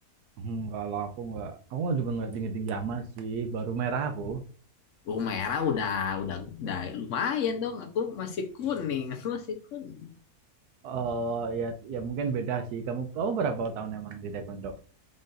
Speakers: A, on the right; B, on the left.
A: Hmm, kalau aku nggak aku juga nggak tinggi-tinggi amat sih baru merah aku
B: oh, merah udah, udah, udah lumayan dong. Aku masih kuning, <laughs> aku masih kuning.
A: Oh ya ya mungkin beda sih. Kamu kamu berapa tahun emang di taekwondo?